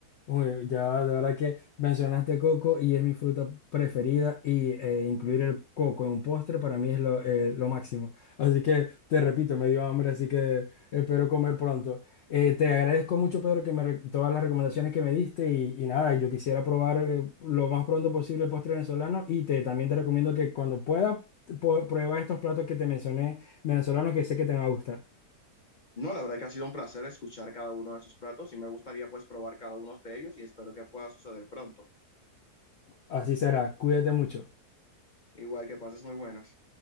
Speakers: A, on the left; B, on the left.
A: Uy, ya de verdad que mencionaste coco y es mi fruta preferida y eh, incluir el coco en un postre para mí es lo, eh, lo máximo. Así que te repito, me dio hambre, así que espero comer pronto. Eh, te agradezco mucho, Pedro, que me, re- todas las recomendaciones que me diste y, y nada, yo quisiera probar eh, lo más pronto posible el postre venezolano y te, también te recomiendo que cuando puedas po- prueba estos platos que te mencioné venezolanos que sé que te van a gustar.
B: No, la verdad que ha sido un placer escuchar cada uno de sus platos y me gustaría pues probar cada uno de ellos y espero que pueda suceder pronto.
A: Así será, cuídate mucho.
B: Igual que pases muy buenas.